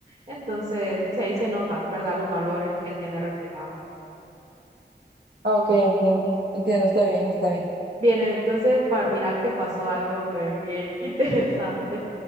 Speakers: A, on the right; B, on the right.
A: Entonces, sí, ahí se nota, ¿verdad? Los valores que él tiene reflejados.
B: Ah, ok, entiendo. Entiendo, está bien, está bien.
A: Bien, entonces, para, mira que pasó algo pues, bien <laughs> interesante.